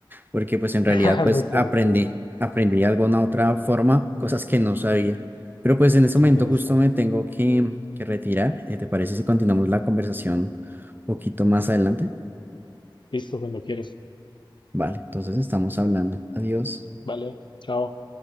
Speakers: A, on the right; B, on the left.
A: porque pues en realidad
B: <laughs>
A: pues
B: No te
A: aprendí,
B: digo.
A: aprendí de alguna otra forma, cosas que no sabía. Pero pues en este momento
B: Interesante.
A: justo me tengo que, que retirar. Eh, ¿te parece si continuamos la conversación un poquito más adelante?
B: Listo, cuando quieres.
A: Vale, entonces estamos hablando. Adiós.
B: Vale, chao.